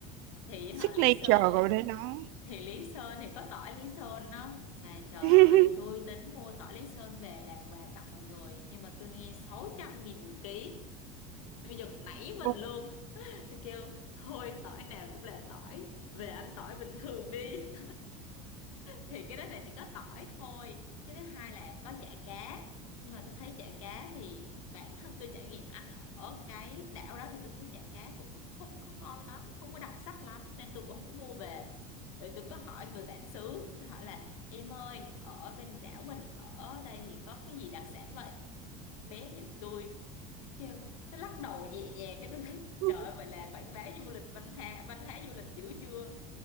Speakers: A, on the left (about 85°); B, on the right (about 70°).
A: thì họ
B: signature
A: Lý Sơn
B: rồi đấy nó
A: thì Lý Sơn thì có tỏi Lý Sơn đó mà trời
B: <laughs>
A: ơi tôi tính mua tỏi Lý Sơn về làm quà tặng mọi người nhưng mà tôi nghe sáu trăm nghìn một ký tôi giật nảy mình
B: Ừ.
A: luôn <laughs> tôi kêu thôi tỏi nào cũng là tỏi về ăn tỏi bình thường đi thì cái đó là chỉ có tỏi thôi cái thứ hai là có chả cá nhưng mà tôi thấy chả cá thì bản thân tôi trải nghiệm ăn ở cái đảo đó thì tôi thấy chả cá cũng không có ngon lắm không có đặc sắc lắm nên tôi cũng không có mua về rồi tôi có hỏi người bản xứ tôi hỏi là em ơi ở bên đảo mình ở đây thì có cái gì đặc sản vậy bé nhìn tôi kêu nó lắc đầu nhẹ nhàng cái tôi thấy
B: Ừ.
A: trời ơi, vậy là quảng bá du lịch văn hóa văn hóa du lịch dữ chưa